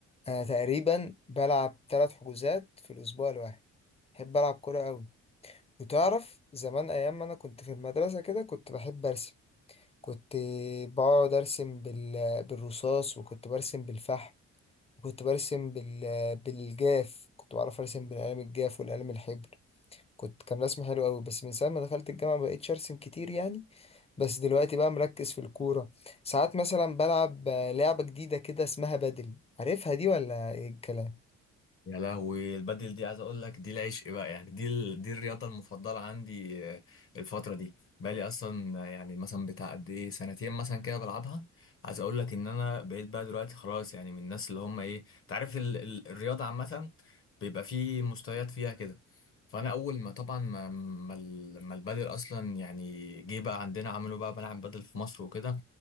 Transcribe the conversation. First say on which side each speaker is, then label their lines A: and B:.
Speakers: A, on the left; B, on the left.
A: انا تقريبا بلعب ثلاث حجوزات في الاسبوع الواحد بحب العب كوره قوي وتعرف زمان ايام ما انا كنت في المدرسه كده كنت بحب ارسم كنت بقعد ارسم بال... بالرصاص وكنت برسم بالفحم وكنت برسم بال... بالجاف كنت بعرف ارسم بالقلم الجاف والقلم الحبر كنت كان رسم حلو قوي بس من ساعه ما دخلت الجامعه مبقتش ارسم كتير يعني بس دلوقتي بقى مركز في الكورة ساعات مثلا بلعب آه، لعبة جديدة كده اسمها بدل عارفها دي ولا ايه الكلام
B: يا لهوي البدل دي عايز اقول لك دي العشق بقى يعني دي ال... دي الرياضه المفضله عندي آه، الفتره دي بقالي اصلا آه، يعني مثلا بتاع قد ايه سنتين مثلا كده بلعبها عايز اقول لك ان انا بقيت بقى دلوقتي خلاص يعني من الناس اللي هم ايه تعرف ال... ال... الرياضه عامه بيبقى فيه مستويات فيها كده فانا اول ما طبعا ما ما, ال... ما البدل اصلا يعني جه بقى عندنا عملوا بقى ملعب بدل في مصر وكده